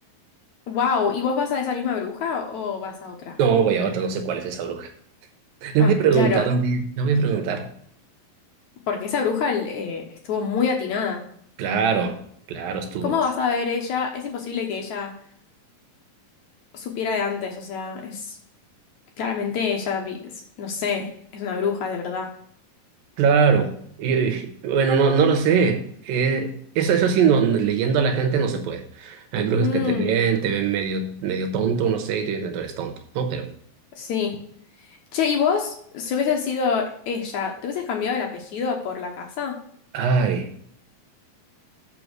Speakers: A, on the left (about 65°); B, on the right (about 80°).
A: Wow, ¿y vos vas a esa misma bruja o vas a otra?
B: No, voy a otra, no sé cuál es esa bruja. Le
A: Ah,
B: voy a preguntar
A: claro,
B: un día, le voy a preguntar.
A: porque esa bruja eh, estuvo muy atinada.
B: Claro, claro, estuvo.
A: ¿Cómo vas a ver ella? Es imposible que ella supiera de antes, o sea, es claramente ella, vi- es- no sé, es una bruja de verdad.
B: Claro. Y, y, bueno, no, no lo sé. Eh, eso, eso sí, no, no, leyendo a la gente no se puede. Hay brujas
A: Mm,
B: que te leen, te ven medio, medio tonto, no sé, y te dicen tú eres tonto, ¿no? Pero,
A: sí. Che, ¿y vos, si hubiese sido ella, te hubieses cambiado el apellido por la casa?
B: ay,